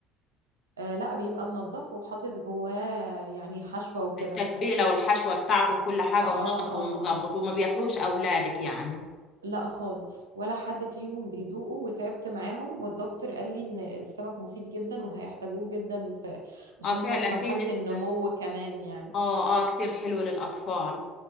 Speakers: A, on the right (about 80°); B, on the left (about 40°).
A: آه لا بيبقى منضف وحاطط جواه يعني حشوه وكده
B: بالتتبيلة والحشوة بتاعته وكل حاجة
A: اه
B: ومنضفه
A: اه اه
B: ومظبط
A: آه.
B: وما بياكلوش اولادك يعني
A: لا خالص ولا حد فيهم بيدوقه وتعبت معاهم والدكتور قال لي ان السمك مفيد جدا وهيحتاجوه جدا في عشان
B: اه فعلا
A: هما في مرحله
B: في نسبة
A: النمو كمان يعني
B: اه اه كتير حلو للاطفال